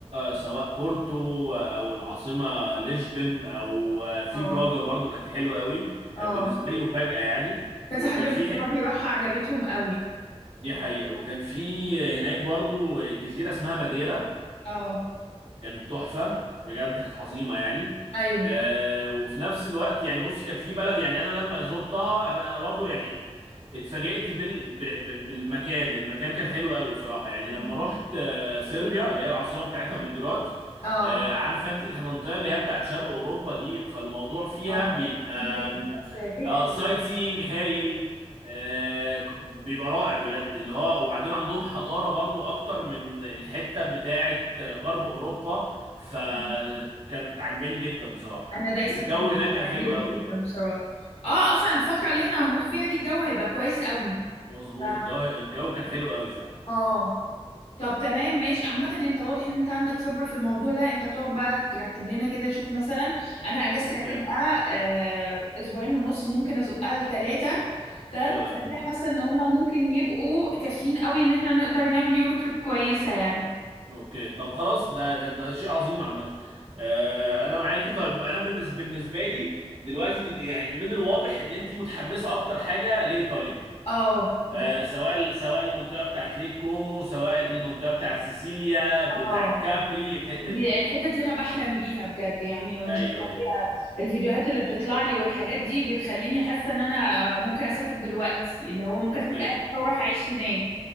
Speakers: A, on the right; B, on the left.
A: سواء بورتو او العاصمة لشبن او في
B: اه
A: براجا برضو كانت حلوة قوي
B: اه
A: كان بالنسبة لي مفاجأة يعني
B: كذا
A: وكان
B: حد من
A: في
B: صحابي
A: ح-
B: راحها عجبتهم قوي
A: دي حقيقة وكان في هناك برضو جزيرة اسمها ماديرا
B: اه
A: كانت تحفة بجد كانت عظيمة يعني
B: ايوه
A: آه وفي نفس الوقت يعني بص كان في بلد يعني انا لما زرتها انا انا برضو يعني اتفاجئت بال... ب... ب... بالمكان المكان كان حلو قوي بصراحة يعني لما
B: مم.
A: رحت آه صربيا
B: إيه؟
A: اللي هي العاصمة بتاعتها بلجراد
B: اه
A: آه عارفة انت المنطقة اللي هي بتاعت شرق اوروبا دي فالموضوع فيها
B: اه ما
A: بيبقى
B: جاتش في دماغي
A: آم،
B: دي، بس فكرة
A: آه سايت
B: والله.
A: سينج هايل آه، ك- بيبقى رائع بجد اللي هو وبعدين عندهم حضارة برضو اكتر من الحتة بتاعة غرب اوروبا فكانت
B: مم.
A: عجباني جدا بصراحة
B: انا دايسة
A: والجو
B: في الموضوع
A: هناك
B: ده
A: كان حلو
B: عاجبني
A: قوي
B: جدا
A: برضو
B: بصراحة اه اصلا الفترة اللي احنا هنروح فيها دي الجو هيبقى كويس قوي
A: مظبوط
B: ف-
A: الجو الجو كان حلو قوي فعلا
B: اه طب تمام ماشي عامة انت واضح ان انت عندك خبرة في الموضوع ده انت تقعد بقى ترتب لنا كده شوف مثلا انا اجازتي
A: اوكي
B: هتبقى آه، اسبوعين ونص ممكن ازقها لتلاتة تلات
A: حلو
B: اسابيع
A: قوي
B: حاسة ان هما ممكن يبقوا كافيين قوي ان احنا نقدر نعمل يورو تريب كويسة يعني
A: اوكي طب خلاص ده ده ده شيء عظيم عامة آه، انا معاكي طيب انا بالنسبة بالنسبة لي دلوقتي يعني من الواضح ان انت متحمسة اكتر حاجة لايطاليا
B: اه
A: آه،
B: ده
A: سواء سواء المنطقه بتاعت ليك كومو سواء المنطقه بتاعت سيسيليا
B: اه
A: بتاعت كابري الحته
B: دي
A: دي
B: الحتة دي انا بحلم بيها بجد يعني
A: ايوه
B: مش طبيعية.
A: ايوه
B: الفيديوهات اللي بتطلع لي والحاجات دي بتخليني حاسة ان انا ممكن اسافر دلوقتي اللي هو ممكن
A: اوكي
B: اسيب اهلي واروح اعيش هناك